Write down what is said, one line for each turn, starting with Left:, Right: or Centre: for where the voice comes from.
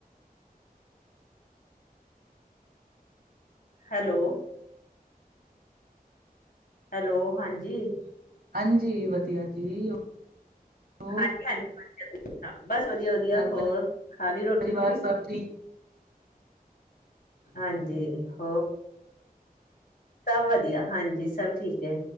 Left: ਹੈਲੋ। ਹੈਲੋ ਹਾਂਜੀ।
Right: ਹਾਂਜੀ ਵਧੀਆ ਜੀ। ਹੋਰ
Left: ਹਾਂਜੀ ਹਾਂਜੀ। ਹਾਂ। ਬਸ ਵਧੀਆ ਵਧੀਆ
Right: ਘਰ
Left: ਹੋਰ ਖਾ ਲਈ ਰੋਟੀ
Right: ਪਰਿਵਾਰ
Left: ਰੋਟੀ
Right: ਸਭ ਠੀਕ
Left: ਹਾਂਜੀ ਹੋਰ? ਸਭ ਵਧੀਆ ਹਾਂਜੀ ਸਭ ਠੀਕ ਹੈ